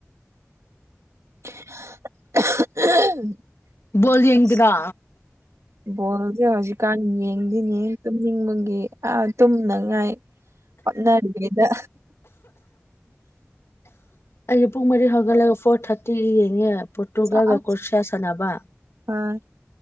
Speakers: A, on the right (about 75°); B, on the left (about 55°).
A: <unintelligible>
B: ꯕꯣꯜ ꯌꯦꯡꯗ꯭ꯔꯥ
A: ꯣꯜꯗ ꯍꯧꯖꯤ ꯀꯥꯟ ꯌꯦꯡꯗꯤꯅꯦ ꯇꯨꯝꯅꯤꯡꯕꯒꯤ ꯑ ꯇꯨꯝꯅꯉꯥꯏ ꯑꯣꯟꯅꯅꯤ ꯀꯗ
B: ꯑꯩꯦ ꯄꯨꯡ ꯃꯔꯤ ꯍꯥꯏꯒꯂꯒ ꯐꯣꯔ ꯊꯥꯔꯇꯤ ꯌꯦꯡꯉꯦ ꯄꯣꯔꯇꯨꯒꯜ
A: ꯆꯥꯁ
B: ꯑꯀꯣꯁꯤꯌꯥ ꯁꯥꯟꯅꯕꯅ
A: ꯑꯥ